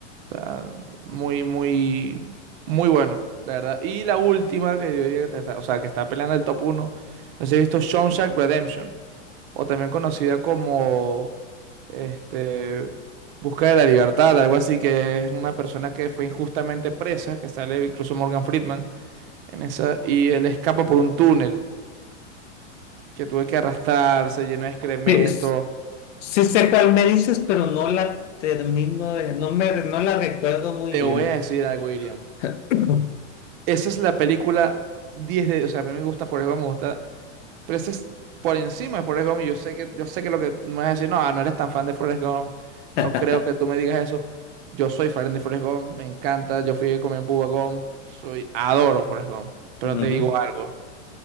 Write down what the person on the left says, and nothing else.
Es- sí sé cuál me dices, pero no la termino de, no me, no la recuerdo muy
bien.
<coughs>
<laughs>
Ujú.